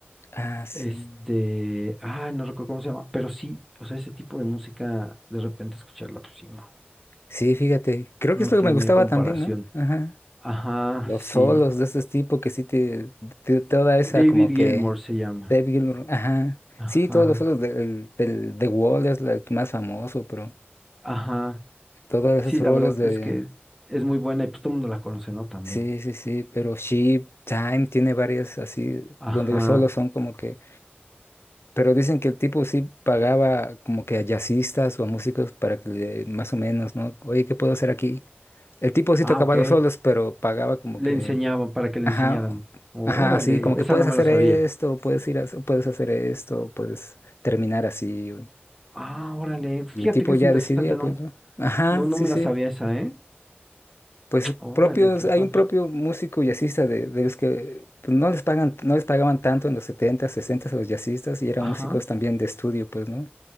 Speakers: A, on the left; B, in the centre.
A: Ah, sí.
B: Este, ah, no recuerdo cómo se llama, pero sí, o sea, ese tipo de música, de repente escucharla, pues sí, no,
A: Sí, fíjate. Creo
B: no
A: que es lo
B: tiene
A: que me gustaba
B: comparación.
A: también, ¿no? Ajá.
B: Ajá,
A: Los solos
B: sí.
A: de ese tipo que sí te, te- toda esa
B: David
A: como
B: Gilmour
A: que
B: se llama.
A: Dave Gilmour, ajá.
B: Ajá,
A: Sí, todos los solos del, del, The Wall es la- el más famoso, pero
B: ajá.
A: Todas
B: Sí,
A: esas
B: la
A: rolas
B: verdad
A: de...
B: es que es muy buena y pues todo el mundo la conoce, ¿no? También.
A: Sí, sí, sí, pero Sheep, Time tiene varias así,
B: Ajá.
A: donde solo son como que... Pero dicen que el tipo sí pagaba como que a jazzistas o a músicos para que le, más o menos, ¿no? Oye, ¿qué puedo hacer aquí? El tipo sí
B: Ah,
A: tocaba
B: ok.
A: los solos, pero pagaba como
B: Le
A: que...
B: enseñaban para que le
A: Ajá,
B: enseñaran. Órale,
A: ajá, sí, como que
B: esa
A: puedes
B: no me
A: hacer
B: la sabía.
A: esto, puedes ir a, puedes hacer esto, puedes terminar así.
B: Ah, órale. Fíjate
A: Y el tipo
B: que es
A: ya
B: interesante,
A: decidía,
B: ¿no?
A: pues, ¿no? Ajá,
B: No, no
A: sí,
B: me
A: sí.
B: la sabía esa, ¿eh?
A: pues
B: <tsk> Órale,
A: propios,
B: qué
A: hay
B: padre.
A: un propio músico jazzista de, de los que pues, no les pagan, no les pagaban tanto en los 70, 60 a los jazzistas y eran
B: Ajá.
A: músicos también de estudio, pues, ¿no?